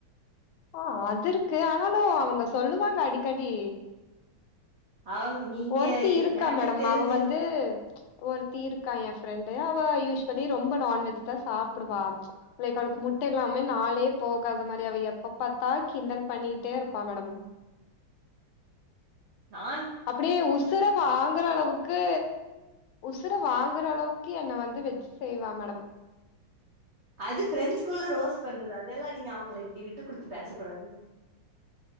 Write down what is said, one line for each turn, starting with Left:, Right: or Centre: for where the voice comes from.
Left: உஹம் ஆ அது இருக்கு ஆனாலு அவங்க சொல்லுவாங்க அடிக்கடி
Right: அவங்க நீங்க
Left: ஒருத்தி இருக்கா
Right: எனக்கு
Left: மேடம்
Right: தெரிஞ்ச
Left: அவ வந்து ஒருத்தி இருக்கா எ ஃப்ரெண்டு அவ யூஸ்வலி ரொம்ப நான்வெஜ் தா சாப்பிடுவா லைக் அவுளுக் முட்டை இல்லாமே நாளே போகாத மாரி அவ எப்ப பாத்தா கிண்டல் பண்ணிட்டே இருப்பா மேடம்
Right: நா
Left: அப்படியே உசுர வாங்கற அளவுக்கு உசுர வாங்கற அளவுக்கு என்ன வந் து வெச்சு செய்வா மேடம்
Right: அது ஃபிரெண்ஸ்குள்ள ரோஸ் பண்றது அதெல்லா நீங்க அவங்கள இப்பிடி விட்டு குடுத்து பேச கூடாது